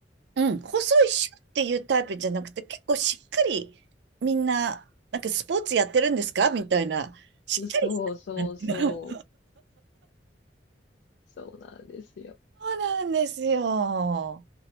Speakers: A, on the right (about 70°); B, on the left (about 80°).
A: うん、細いシュッっていうタイプじゃなくて、結構しっかりみんな、なんかスポーツやってるんですかみたいな、しっかりした感じの
B: そうそうそう。そうなんですよ。
A: そうなんですよ。